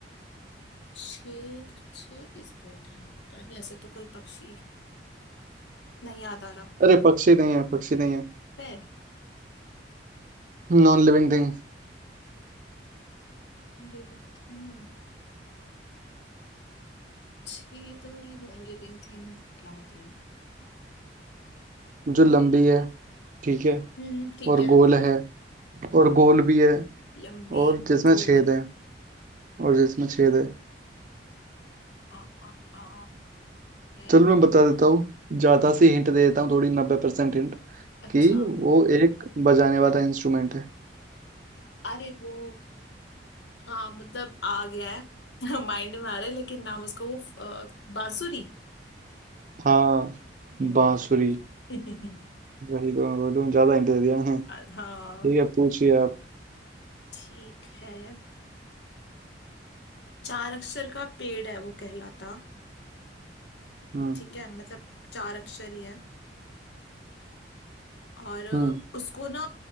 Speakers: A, on the left; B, on the right.
A: छींक छींक किस पर होता है पता नहीं ऐसे तो कोई पक्षी नहीं याद आ रहा
B: अरे पक्षी नहीं है पक्षी नहीं है
A: पैर
B: नॉन लिविंग थिंग
A: Living thing छेद वाली नॉन लिविंग थिंग क्या होती है
B: जो लंबी है ठीक है
A: हम्म ठीक
B: और
A: है
B: गोल है और गोल भी है
A: लंबी
B: और जिसमें
A: गोल
B: छेद है और जिसमें छेद है
A: आ आ आ नहीं
B: चलो मैं बता देता हूँ ज्यादा सी हिंट दे देता हूँ थोड़ी नब्बे परसेंट हिंट
A: अच्छा
B: कि वो एक बजाने वाला इंस्ट्रूमेंट है
A: अरे वो हाँ मतलब आ गया है <laughs> माइंड में आ रहा है लेकिन नाम उसका वो अ, बांसुरी
B: हाँ
A: हम्म।
B: बांसुरी वही तो मैं बोलूँ ज्यादा हिंट दे दिया मैंने
A: <laughs> हाँ
B: ठीक है पूछिए आप
A: ठीक है चार अक्षर का पेड़ है वो कहलाता
B: हम्म
A: ठीक है मतलब चार अक्षर ही है और अ,
B: हम्म
A: उसको ना